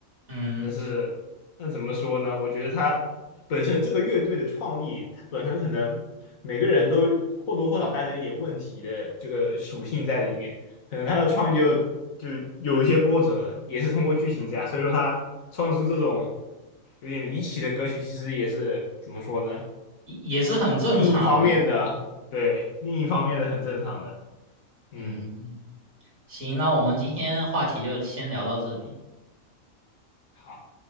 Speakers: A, on the right; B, on the left.
A: 嗯，
B: 但是那怎么说呢？我觉得他本身这个乐队的创立，它本身可能每个人都或多或少带着一点问题的这个属性在里面，可能他的创意就就有一些波折，也是通过剧情这样，所以说他创作出这种有点离奇的歌曲，其实也是怎么说呢？
A: 也是很正常的，
B: 另一方面的，
A: 嗯
B: 对，另一方面的很正常的，嗯，
A: 嗯，嗯行，那我们今天话题就先聊到这边。
B: 好。